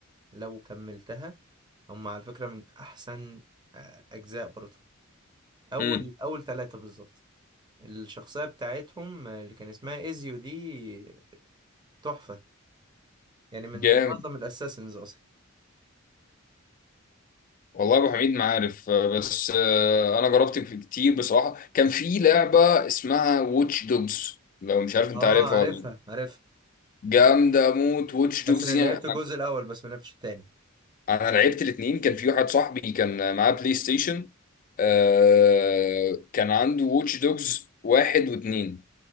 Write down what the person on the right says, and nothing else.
لو كملتها هم على فكرة من احسن آه، اجزاء برضه اول
اول ثلاثة بالظبط الشخصية بتاعتهم آه، اللي كان اسمها ايزيو دي تحفة يعني من
من اعظم الاساسنز اصلا
اه
عارفها
عارفها
بس
لعبت
الجزء الاول بس ما لعبتش التاني